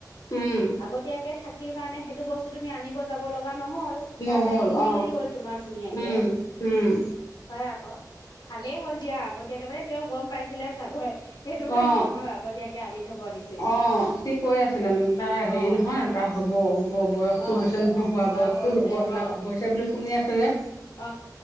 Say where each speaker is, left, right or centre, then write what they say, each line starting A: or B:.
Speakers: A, on the left; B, on the left.
A: উম
B: আগতীয়াকে থাকিল কাৰণে সেইটো বস্তু তুমি আনিব যাব লগা লগা নহল
A: নহ'ল
B: তাৰ টাইমতটো মিলি
A: অ
B: গ'ল তোমাৰ ধুনীয়াকে
A: উম উম
B: হয় আকৌ ভালেই হ'ল দিয়া আগতীয়াকে মানে তেওঁ গম পাইছিলে চাগৈ সেইটো কাৰণে
A: অ
B: তোমাক আগতীয়াকে আনি থব দিছিল।
A: অ সি কৈ আছিলে মোক তাৰ হেৰি
B: অ
A: নহয় তাৰ হ'ব হ'ব। বয়সটো
B: অ
A: হৈছে নহয় হোৱা
B: বয়স
A: বয়সটো
B: হৈছে
A: লগৰ বিলাক
B: অ
A: হৈছে বুলি শুনি আছে যে
B: অ